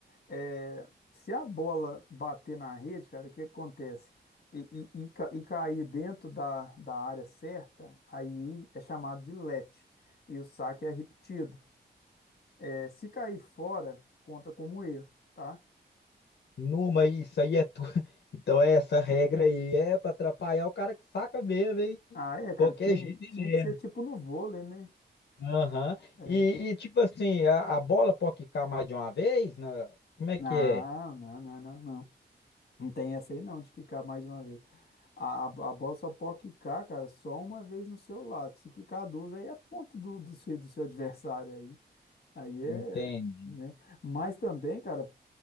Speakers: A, on the left; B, on the left.
A: É, se a bola bater na rede, cara, o que acontece? E, e, e ca- e cair dentro da, da área certa, aí é chamado de let E o saque é repetido. É, se cair fora, conta como erro, tá?
B: Numa, isso aí é tudo. <laughs> Então, é essa regra aí é para atrapalhar o cara que saca mesmo, hein?
A: Ah, é, cara,
B: Qualquer
A: tinha,
B: jeito ele
A: tinha que
B: erra.
A: ser tipo no vôlei, né?
B: Aham.
A: É.
B: E, e, tipo assim, a, a bola pode quicar mais de uma vez? né? Como é
A: Não,
B: que é?
A: não, não, não, não. Não tem essa aí não, de quicar mais de uma vez. A, a a bola só pode quicar, cara, só uma vez no seu lado. Se quicar duas, aí é ponto do, do, seu- do seu adversário aí. Aí é,
B: Entende?
A: né? Mas também, cara,